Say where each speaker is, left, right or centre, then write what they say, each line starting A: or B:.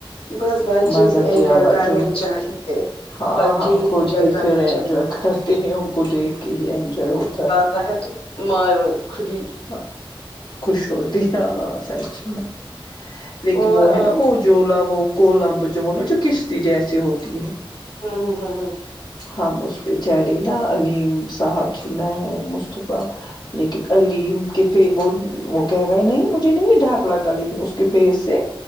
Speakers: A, on the left; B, on the left.
A: بس بچے
B: مزہ
A: ہی انجوائے
B: کیا بچوں
A: کرنے
B: نے
A: چاہیے
B: ہاں
A: بچے
B: ہم خود
A: انجوائے
B: ہی
A: کرنے
B: پھر انجوائے
A: چاہیے
B: کرتے ہیں ان کو دیکھ کے ہی انجوائے ہوتا ہے
A: <unintelligible> خودی
B: ہاں خوش ہوتے ہاں سچ میں لیکن
A: اور
B: وہ
A: ہمم
B: ہے نا وہ جھولا وہ کولمب جو وہ نا جو کشتی جیسی ہوتی ہے
A: ہوں ہوں ہوں ہوں
B: ہم اس پہ چڑھے نا علیم صاحب جی میں مصطفی لیکن عل یم کہ ف وہ وہ کہہ رہے نہیں مجھے نہیں ڈر لاگا لیکن اس کے فیس سے